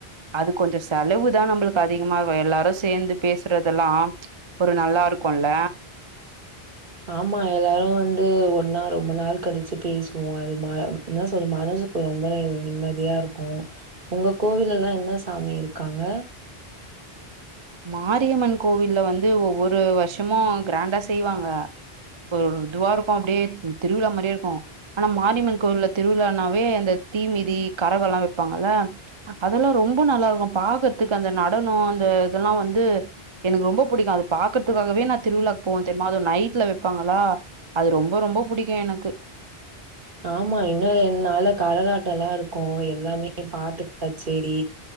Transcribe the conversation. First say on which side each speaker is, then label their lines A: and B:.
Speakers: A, on the right; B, on the right.
A: அது கொஞ்ச செலவு தா நம்பளுக்கு அதிகமாகு எல்லாரு சேந்து பேசுறதெல்லா ஒரு நல்லா இருக்குல்ல
B: ஆமா எல்லாரு வந்து ஒன்னா ரொம்ப நாள் கழிச்சு பேசுவோ அது மார் என்ன சொல் மனசுக்கு ரொம்ப நிம்மதியா இருக்கு உங்க கோவில்லலா என்ன சாமி இருக்காங்க
A: மாரியம்மன் கோவில்ல வந்து ஒவ்வொரு வர்ஷமு கிராண்டா செய்வாங்க ஒரு ஒரு இதுவா இருக்கு அப்டியே திருவிழா மாரியே இருக்கு ஆனா மாரியம்மன் கோயில்ல திருவிழானாவே அந்த தீ மிதி கரக எல்லா வெப்பாங்கல்ல அதெல்லா ரொம்ப நல்லா இருக்கு பாக்கறதுக்கு அந்த நடனோ அந்த எல்லா வந்து எனக்கு ரொம்ப புடிக்கு அது பாக்கறதுக்காகவே நா திருவிழா போவே தெரிமா அது நைட்ல வெப்பாங்களா அது ரொம்ப ரொம்ப புடிக்கு எனக்கு
B: ஆமா இன்னு ரெண்டு நால்ல கரகாட்டல்லா இருக்கு எல்லாமே பாட்டு கச்சேரி